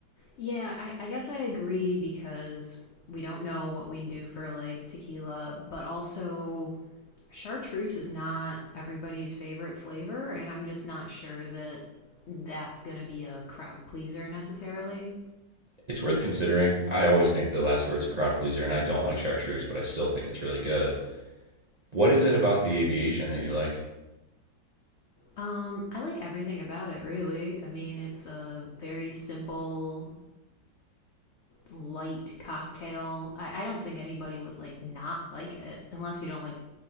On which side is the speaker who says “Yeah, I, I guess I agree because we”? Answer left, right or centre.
Left